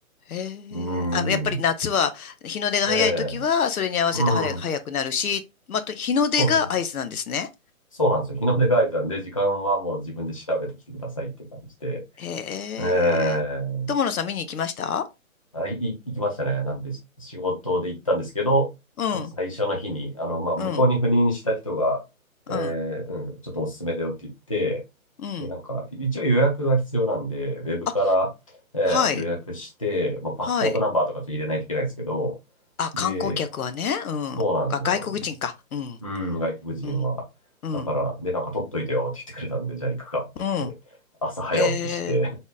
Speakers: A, on the left (about 80°); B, on the left (about 25°).
A: へえ。
B: うん。
A: あ、やっぱり夏は、日の出が早い時は、
B: ええ
A: それに合わせて早、
B: うん。
A: 早くなるし、また、日の出が合図なんですね。
B: そうそうそう。そうなんですよ。日の出ガイドなんで、時間はもう自分で調べてきてくださいって感じで。
A: へえ。
B: ええ
A: 友野さん見に行きました
B: あ、い、い行きましたね。なんで、し仕事で行ったんですけど、
A: うん、
B: その最初の日に、あの、まあ、向こうに赴任した人が、
A: うん、うん、
B: えーうん、ちょっとおすすめだよって言って、
A: うん。
B: で、なんか、一応予約が必要なんで、ウェブから、
A: あ、
B: えー予約して、
A: はい、
B: まあ、パスポートナンバーとかちょっと入れないといけないんですけど、
A: はい。あ、観光客はね、
B: で、
A: うん。
B: そうなんですよ。
A: あ、外国人か。うん、
B: うん、外国人は。
A: うん、うん、
B: だから、で、なんか取っといてよって言ってくれたんで、じゃあ行くかって言って、
A: うん。
B: 朝早起きして
A: へえ。